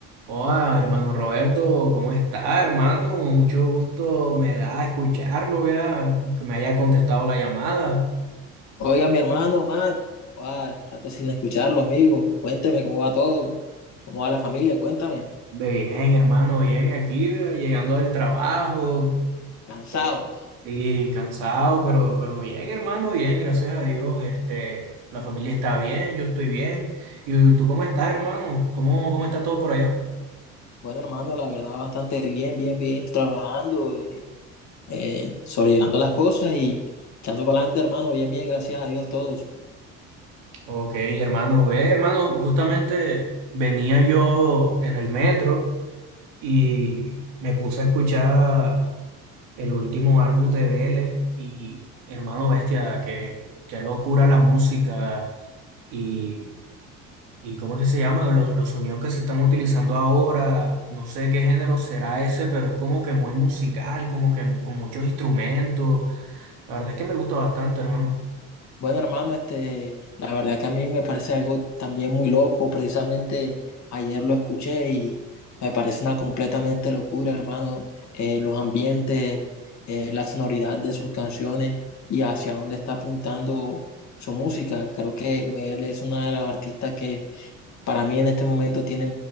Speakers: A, on the right (about 75°); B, on the left (about 50°).
A: Hola, hermano Roberto, ¿cómo está, hermano? Mucho gusto me da escucharlo, vea, que me haya contestado la llamada.
B: Oiga, mi hermano Matt, ah, rato sin escucharlo, amigo. Cuénteme cómo va todo, cómo va la familia, cuéntame.
A: Ve bien, hermano, bien aquí, vea, llegando del trabajo.
B: Cansado.
A: Eh, Sí, cansado, pero, pero bien, hermano, bien, gracias a Dios. Este, la familia está bien, yo estoy bien. ¿Y tú cómo estás, hermano? ¿Cómo, cómo está todo por allá?
B: Bueno, hermano, la verdad, bastante bien, bien, bien, trabajando, eh, eh, sobrellevando las cosas y echando para adelante, hermano, bien, bien, gracias a Dios todos.
A: Ok, hermano, ve, hermano, justamente venía yo en el metro. y me puse a escuchar el último álbum de Vélez y hermano bestia, que qué locura la música y, y ¿cómo es que se llama? Los, los sonidos que se están utilizando ahora, no sé qué género será ese, pero es como que muy musical, como que con muchos instrumentos. La verdad es que me gusta bastante, hermano.
B: Bueno, hermano, este, la verdad que a mí me parece algo también muy loco. Precisamente ayer lo escuché y me parece una completamente locura, hermano. Eh, los ambientes, eh, la sonoridad de sus canciones y hacia dónde está apuntando su música. Creo que él es una de las artistas que para mí en este momento tiene